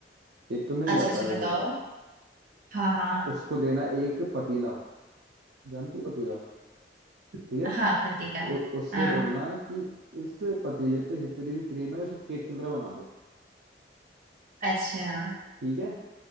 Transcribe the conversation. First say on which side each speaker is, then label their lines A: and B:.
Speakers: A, on the right; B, on the right.
A: केक तो मिल
B: अच्छा
A: जाता
B: अच्छा
A: है हर
B: बताओ
A: जगह
B: हाँ हाँ
A: उसको देना एक पतीला जानती हो पतीला
B: <laughs>
A: ठीक है
B: हाँ पतीला
A: उ, उससे
B: हाँ
A: बोलना कि इस पतीले पे जितनी भी क्रीम है उसको केक की तरह बना दो
B: अच्छा
A: ठीक है